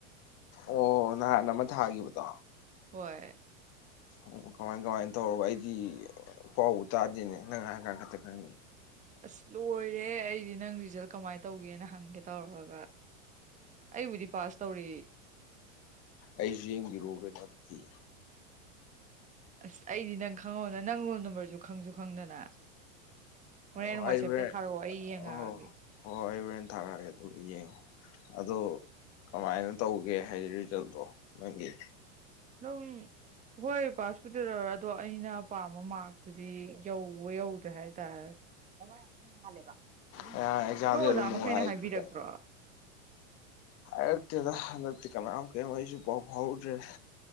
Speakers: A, on the left; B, on the right.
A: ꯑꯣ ꯅꯍꯥꯟ ꯑꯃ ꯊꯥꯈꯤꯕꯗꯣ
B: ꯍꯣꯏ
A: ꯑꯣ ꯀꯃꯥꯏ ꯀꯃꯥꯏꯅ ꯇꯧꯔꯕ ꯑꯩꯗꯤ ꯄꯥꯎꯕꯨ ꯇꯥꯗꯦꯅꯦ ꯅꯪ ꯍꯥꯏꯔꯀꯟꯗ ꯈꯛꯇ ꯈꯪꯉꯤ
B: ꯑꯁ ꯂꯣꯏꯔꯦ ꯑꯩꯗꯤ ꯅꯪ ꯔꯤꯖꯜ ꯀꯃꯥꯏꯅ ꯇꯧꯒꯦꯅ ꯍꯪꯒꯦ ꯇꯧꯔꯒ ꯑꯩꯕꯨꯗꯤ ꯄꯥꯁ ꯇꯧꯔꯤ
A: ꯑꯩꯁꯨ ꯌꯦꯡꯕꯤꯔꯛꯎ ꯀꯩꯅꯣ ꯑꯗꯨꯗꯤ
B: ꯑꯁ ꯑꯩꯗꯤ ꯅꯪ ꯈꯪꯍꯧꯅ ꯅꯪ ꯔꯣꯜ ꯅꯝꯕꯔꯁꯨ ꯈꯪꯁꯨ ꯈꯪꯗꯅ ꯍꯣꯔꯦꯟꯦꯟ
A: ꯑꯣ ꯑꯩ
B: ꯋꯥꯆꯦꯞꯇ
A: ꯍꯣꯔꯦꯟ
B: ꯊꯥꯔꯛꯑꯣ ꯑꯩ ꯌꯦꯡꯉꯛꯑꯒꯦ
A: ꯑꯣ ꯍꯣꯏ ꯍ ꯑꯩ ꯍꯣꯔꯦꯟ ꯊꯥꯔꯛꯑꯒꯦ ꯑꯗꯨꯒ ꯌꯦꯡꯉꯣ ꯑꯗꯣ ꯀꯃꯥꯏꯅ ꯇꯧꯒꯦ ꯍꯥꯏ ꯔꯤꯖꯜꯗꯣ ꯅꯪꯒꯤ
B: ꯑꯗꯨꯝ ꯍꯣꯏ ꯄꯥꯁꯕꯨꯇꯤ ꯂꯧꯔꯦ ꯑꯗꯣ ꯑꯩꯅ ꯄꯥꯝꯕ ꯃꯥꯛꯇꯨꯗꯤ ꯌꯧꯕ ꯌꯧꯗ꯭ꯔꯦ ꯍꯥꯏꯇꯥꯔꯦ <unintelligible>
A: ꯑꯦꯛꯖꯥꯝꯁꯦ
B: ꯑꯣꯖꯥ
A: ꯑꯗꯨꯝ ꯅꯨꯡꯉꯥꯏꯈꯤꯕ꯭ꯔꯥ
B: ꯃꯈꯩꯅ ꯍꯥꯏꯕꯤꯔꯛꯇ꯭ꯔꯣ
A: ꯍꯥꯏꯔꯛꯇꯦꯗ ꯍꯟꯗꯛꯇꯤ ꯀꯅꯥꯝ ꯀꯔꯤ ꯑꯩꯁꯨ ꯄꯥꯎ ꯐꯥꯎꯔꯗ꯭ꯔꯦ